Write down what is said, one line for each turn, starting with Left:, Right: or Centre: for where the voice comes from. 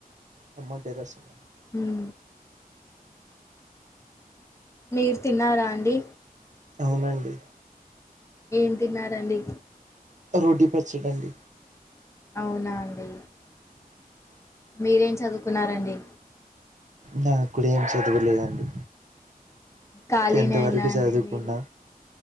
Right: టమాటె రసమ
Left: ఉం మీరు తిన్నారా అండి
Right: అవునండి
Left: ఏం తిన్నారండి
Right: రోటీ పచ్చేడండి
Left: అవునా అండి మీరేం చదువుకున్నరండి
Right: నాకుడ ఏం చదువలేదండి
Left: ఖాళీనే
Right: టెన్త్
Left: అయినా
Right: వరకె
Left: అండి
Right: చదువుకున్నా
Left: మీరు